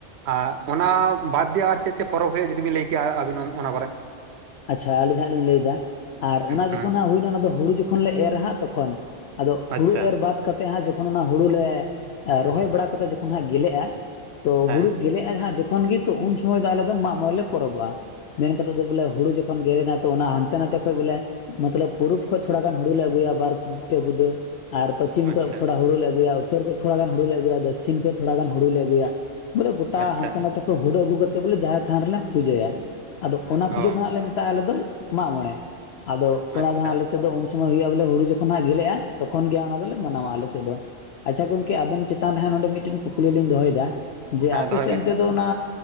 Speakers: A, on the right (about 65°); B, on the left (about 65°).
A: ᱟᱨ ᱚᱱᱟ ᱵᱟᱫᱽ ᱫᱤᱭᱮ ᱟᱨ ᱪᱮᱜ ᱪᱮᱜ ᱯᱚᱨᱚᱵᱽ ᱦᱩᱭᱩᱜᱼᱟ ᱡᱩᱫᱤ ᱵᱤᱱ ᱞᱟᱹᱭ ᱠᱮᱭᱟ ᱟᱹᱵᱤᱱ ᱚᱱᱟ ᱠᱚᱨᱮ
B: ᱟᱪᱪᱷᱟ ᱟᱹᱞᱤᱧ ᱦᱟᱸᱜ ᱞᱤᱧ ᱞᱟᱹᱭ ᱮᱫᱟ ᱟᱨ ᱚᱱᱟ
A: ᱦᱩᱸ
B: ᱡᱚᱠᱷᱚᱱ ᱦᱟᱸᱜ ᱦᱩᱭ ᱮᱱᱟ ᱚᱱᱟ ᱫᱚ ᱦᱩᱲᱩ ᱡᱚᱠᱷᱚᱱ ᱞᱮ ᱮᱨ-ᱟ ᱦᱟᱸᱜ ᱛᱚᱠᱷᱚᱱ ᱟᱫᱚ ᱦᱩᱲᱩ
A: ᱟᱪᱪᱷᱟ
B: ᱮᱨ ᱵᱟᱫ ᱠᱟᱛᱮ ᱦᱟᱸᱜ ᱡᱚᱠᱷᱚᱱ ᱚᱱᱟ ᱦᱩᱲᱩ ᱞᱮ ᱨᱚᱦᱚᱭ ᱵᱟᱲᱟ ᱠᱟᱛᱮ ᱡᱚᱠᱷᱚᱱ ᱦᱟᱸᱜ ᱜᱮᱞᱮᱜᱼᱟ ᱛᱚ
A: ᱦᱮᱸ
B: ᱦᱩᱲᱩ ᱜᱮᱞᱮᱜᱼᱟ ᱡᱚᱠᱷᱚᱱ ᱜᱮ ᱛᱚ ᱩᱱ ᱥᱚᱢᱚᱭ ᱫᱚ ᱟᱞᱮ ᱫᱚ ᱢᱟᱜ ᱢᱚᱬᱮ ᱞᱮ ᱯᱚᱨᱚᱵᱚᱜᱼᱟ ᱢᱮᱱ ᱠᱟᱛᱮᱫ ᱫᱚ ᱵᱩᱞᱟᱣ ᱦᱩᱲᱩ ᱡᱚᱠᱷᱚᱱ ᱜᱮᱞᱮ ᱮᱱᱟ ᱚᱱᱟ ᱦᱟᱱᱛᱮ ᱱᱟᱛᱮ ᱠᱷᱚᱡ ᱵᱚᱞᱮ ᱢᱚᱛᱞᱚᱵ ᱯᱩᱨᱩᱵ ᱠᱷᱚᱡ ᱛᱷᱚᱲᱟ ᱜᱟᱱ ᱦᱩᱲᱩ ᱞᱮ ᱟᱹᱜᱩᱭᱟ ᱵᱟᱨ ᱯᱮ ᱵᱩᱫᱟᱹ ᱟᱨ ᱯᱚᱪᱷᱤᱢ
A: ᱟᱪᱪᱷᱟ
B: ᱠᱷᱚᱡ ᱛᱷᱚᱲᱟ ᱦᱩᱲᱩ ᱞᱮ ᱟᱹᱜᱩᱭᱟ ᱩᱛᱚᱨ ᱠᱷᱚᱱ ᱛᱷᱚᱲᱟ ᱜᱟᱱ ᱦᱩᱲᱩ ᱟᱹᱜᱩᱭᱟ ᱫᱚᱠᱷᱤᱱ ᱠᱷᱚᱱ ᱛᱷᱚᱲᱟ ᱜᱟᱱ ᱦᱩᱲᱩ ᱞᱮ ᱟᱹᱜᱩᱭᱟ ᱵᱚᱞᱮ ᱜᱚᱴᱟ
A: ᱟᱪᱪᱷᱟ
B: ᱦᱟᱱᱛᱮ ᱱᱟᱛᱮ ᱦᱩᱲᱩ ᱟᱹᱜᱩ ᱠᱟᱛᱮᱫ ᱵᱚᱞᱮ ᱡᱟᱦᱮᱨ ᱛᱷᱟᱱ ᱨᱮᱞᱮ ᱯᱩᱡᱟᱹᱭᱟ ᱟᱫᱚ ᱚᱱᱟ ᱯᱩᱡᱟᱹ
A: ᱚ
B: ᱫᱚ ᱦᱟᱸᱜ ᱞᱮ ᱢᱮᱛᱟᱜᱼᱟ ᱟᱞᱮ ᱫᱚ ᱢᱟᱜ ᱢᱚᱬᱮ ᱟᱫᱚ ᱚᱱᱟ
A: ᱟᱪᱪᱷᱟ
B: ᱫᱚ ᱦᱟᱸᱜ ᱟᱞᱮ ᱥᱮᱫ ᱫᱚ ᱩᱱ ᱥᱚᱢᱚᱭ ᱦᱩᱭᱩᱜᱼᱟ ᱵᱚᱞᱮ ᱦᱩᱲᱩ ᱡᱚᱠᱷᱚᱱ ᱦᱟᱸᱜ ᱜᱮᱞᱮᱜᱼᱟ ᱛᱚᱠᱷᱚᱱ ᱜᱮ ᱚᱱᱟ ᱫᱚᱞᱮ ᱢᱟᱱᱟᱣᱟ ᱟᱞᱮ ᱥᱮᱫ ᱫᱚ ᱟᱪᱪᱷᱟ ᱜᱚᱝᱠᱮ ᱟᱵᱮᱱ ᱪᱮᱛᱟᱱ ᱨᱮᱦᱟᱸᱜ ᱱᱚᱰᱮ ᱢᱤᱫᱴᱮᱱ ᱠᱩᱠᱞᱤ ᱞᱤᱧ ᱫᱚᱦᱚᱭᱫᱟ ᱡᱮ
A: ᱦᱮᱸ
B: ᱟᱯᱮ
A: ᱫᱚᱦᱚᱭ
B: ᱥᱮᱱ
A: ᱵᱤᱱ
B: ᱛᱮᱫᱚ ᱚᱱᱟ